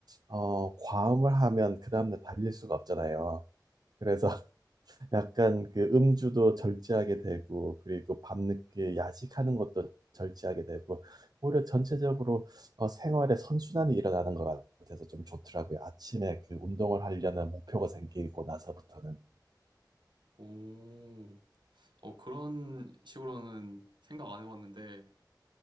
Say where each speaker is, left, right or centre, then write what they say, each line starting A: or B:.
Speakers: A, on the right; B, on the right.
A: 어, 과음을 하면 그 다음날 달릴 수가 없잖아요. 그래서 <laughs> 약간 그 음주도 절제하게 되고, 그리고 밤늦게 야식하는 것도 절제하게 되고, 오히려 전체적으로 어, 생활에 선순환이 일어나는 것 같아서 좀 좋더라고요. 아침에 그 운동을 하려는 목표가 생기고 나서부터는.
B: 오, 어, 그런 식으로는 생각 안 해봤는데